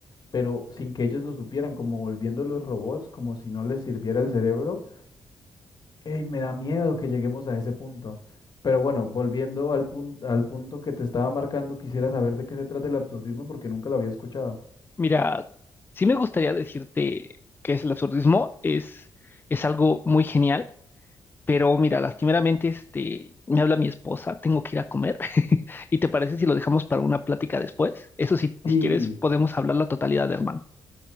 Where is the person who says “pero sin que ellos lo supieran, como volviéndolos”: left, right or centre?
Left